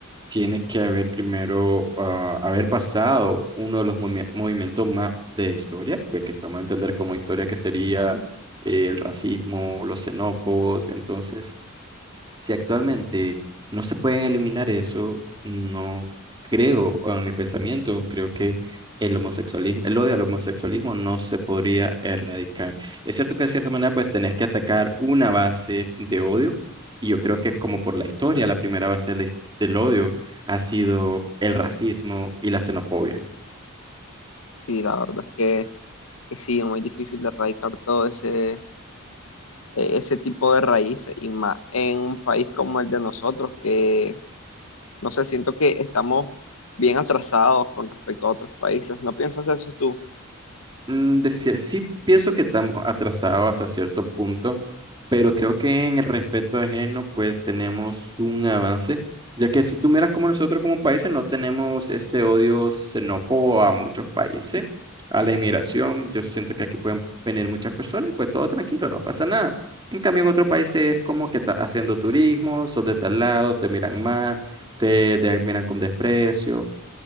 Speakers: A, on the right; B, on the left.
A: tiene que haber primero ah, haber pasado uno de los movi- movimientos más de historia, pues que podemos entender como historia que sería eh, el racismo, los xenófobos, entonces Si actualmente no se pueden eliminar eso, no creo, o en mi pensamiento, creo que el homosexualismo, el odio al homosexualismo no se podría erradicar. Es cierto que de cierta manera pues tenés que atacar una base de odio y yo creo que como por la historia, la primera base de la his- del odio ha sido el racismo y la xenofobia.
B: Sí, la verdad es que, que sí, es muy difícil de erradicar todo ese eh, ese tipo de raíces y más en un país como el de nosotros, que no sé, siento que estamos bien atrasados con respecto a otros países. ¿No piensas eso tú?
A: Mm, de cier- sí pienso que estamos atrasados hasta cierto punto, pero creo que en el respeto ajeno pues tenemos un avance, ya que si tú miras como nosotros como países no tenemos ese odio xenófobo a muchos países, a la inmigración, yo siento que aquí pueden venir muchas personas y pues todo tranquilo, no pasa nada. En cambio en otros países es como que estás haciendo turismo, sos de tal lado, te miran mal, te, te miran con desprecio